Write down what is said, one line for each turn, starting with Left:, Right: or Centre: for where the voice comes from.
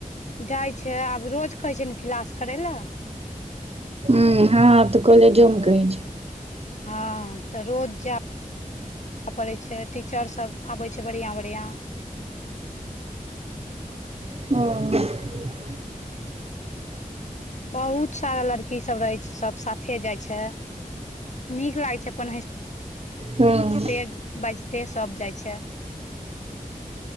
Left: जाई छै आब रोज कहै छै ने क्लास करै लए
Right: हू हाँ हाँ तऽ कॉलजो मे कहै छैय।
Left: हा तऽ रोज जा। पड़ैत छै टीचर सभ आबैत छै बढ़िआ बढ़िआ
Right: ह।
Left: बहुत सारा लड़कीसभ रहै छै सभ साथे जाई छै। नीक लागै छैय अपन हसते
Right: हँ
Left: बाजते सभ जाइ छैय।